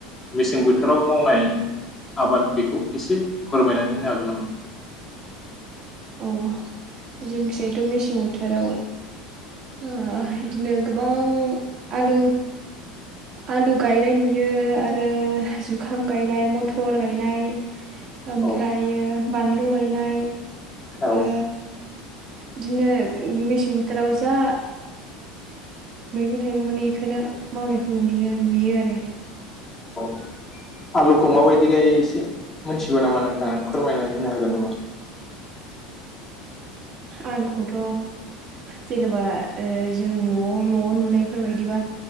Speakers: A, on the left (about 15°); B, on the right (about 35°).
A: मेसें बोथोराव मावनाय आबाद बेखौ एसे फोरमायनानै होनो हागोन नामा
B: औ जोंनिखिजायथ' मेसें बोथोराव ओ बिदिनो गोबां आलु आलु गायनाय नुयो आरो जुखाम गायनाय मथर गायनाय ओमफ्रायो
A: औ
B: बानलु गायनाय
A: औ
B: ओ बिदिनो मेसें बोथोराव जा मैगं-थाइगं मोनो इखौनो मावनायखौ नुयो नुयो आरो
A: <unintelligible> आलुखौ माबायदि गायो एसे मिथिगौ नामा नोंथाङा फोरमायनानै होनो हागोन नामा
B: आलुखौथ' जेनेबा जों ओ न'आव न'आव नुनायफोर बायदिबा